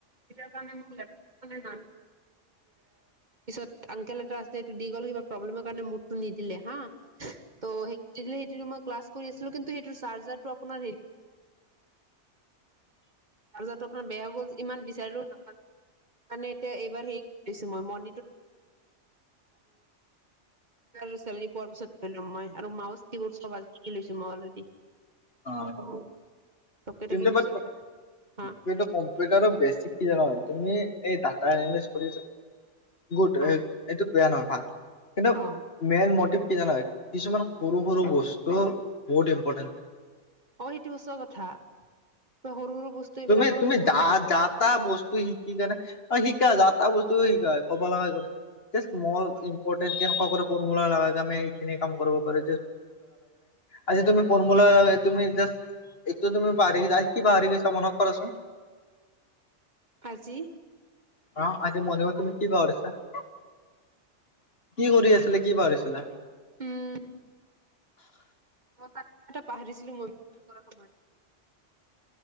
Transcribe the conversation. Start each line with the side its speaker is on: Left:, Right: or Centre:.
Right: কাৰে ম লেপে নানো পিছত আংকেল এটা আছে এইটো দি গ'ল কিবা প্ৰব্লেমৰ কাৰণে মোৰ টো নিদিলে বা তো সেই খিনিত তেতিয়া মই ক্লাছ কৰি আছিলো। কিন্তু সেই চাৰ্জাৰটো আপোনাৰ হেৰি আতো আপোনাৰ বেয়া হৈ গ'ল। ইমান বিচাৰিলেও নাপালো সেইকাৰণে এতিয়া এইবাৰ হেৰি কৰি লৈছো। ই মৰ আৰু চী পোৱাৰ পিছত লৈ লম মই <unintelligible> আৰু মাউছ কি বৰ্ড চব কিনি লৈছো মই অলৰেডি।
Left: অ
Right: আহ চবকেইটা
Left: কিন্তু
Right: কিনিছো।
Left: বাট
Right: হা
Left: কিন্তু কম্পিউটাৰৰ বেছিক কি জানা তুমি এই ডাটা এনালিচ কৰিছা। গুড
Right: অ
Left: এইটো বেয়া নহয় ভাল কিন্তু
Right: অ
Left: মেইন মটিভ কি জানা হয় কিছুমান সৰু সৰু বস্তু বহুত ইম্পৰ্টেণ্ট।
Right: অ সেইটো সঁচা কথা। সৰু সৰু বস্তু এইবিলাক
Left: তুমি
Right: আমাৰ
Left: তুমি
Right: বহুত
Left: যা
Right: ইম্পৰ্টেণ্ট
Left: যা তা বস্তু শিকিকনে শ শ যা এটা বস্তু শিক কব লগা একো নাই। য়েছ মৰ ইম্পৰ্টেন কেনকা কৰে ফৰ্মুলা লগাই তুমি এইখিনি কাম কৰিব পাৰা। আজি তুমি ফৰ্মুলা লগাই তুমি জা এইটো তুমি পাহৰি গৈছা কি পাহৰি গৈছা মনত কৰাচোন?
Right: আজি
Left: আহ আজি মৰ্নিংত তুমি কি বনাব দিছা? কি কৰি আছিলে কি পাহৰিছিলা?
Right: উম। অ তাত কিবা এটা পাহৰিছিলো মই কৰা সময়ত ন।